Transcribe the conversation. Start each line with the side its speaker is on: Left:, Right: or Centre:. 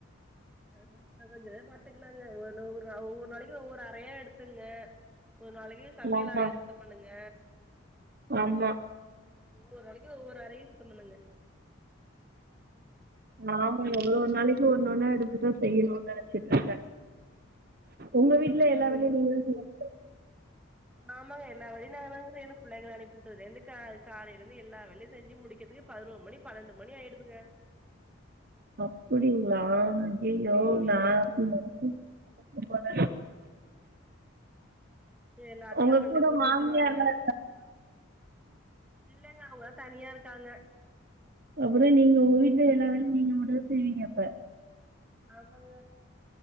Centre: <unintelligible> கொஞ்சநேரோ பாத்துக்குலாங்க ஒவொன்ன ஒவ்வொரு ஒவ்வொரு நாளைக் ஒவ்வோரு அரையா எடுத்துங்க ஒரு நாளைக்கு சமையல்
Right: ஆமா,
Centre: அரய சுத்த பண்ணுங்க
Right: ஆமா
Centre: ஒவ்வொருளைக்கு ஒவ்வோரு அரையு சுத்தம் பண்னுங்க
Right: நாங்களு எவ்ளோ நாளைக்கு ஒன்னொன்னா எடுத்துட்டு செய்யுணு நெனச்சிட்டு இர்க்க உங்க
Centre: சும்மா
Right: வீட்ல
Centre: இருக்காங்க
Right: எல்லா வேலயு
Centre: உங்களுக்கு
Right: நீங்கதா செய்
Centre: ஆமாங்க எல்லா வேலயு நாங்கதாங்க செய்யிணு புள்ளங்கள அனுப்பிவுட்டதுல இருந்து கால் காலையில இருந்து எல்லா வேலயு செஞ்சுமுடிக்கிறதுக்கு பதினொரு மணி பண்ணண்டு மணி ஆயிடுதுங்க
Right: அப்டிங்களா ஐஐயோ
Centre: டெய்லியுமே
Right: நா அப்டி நெனச்சிருப்ப போல
Centre: எல்லாத்தியு
Right: உங்க
Centre: அப்டி அப்டியே
Right: கூட
Centre: போட்டு
Right: மாமியார்லாம்
Centre: வச்சிருவாங்க இல்லங்க அவுங்க தனியா இருக்காங்க
Right: அப்றோ நீங்க உங்கவீட்ல எல்லா வேலயு நீங்க மட்டுதா செய்வீங்க அப்ப
Centre: ஆம்மங்க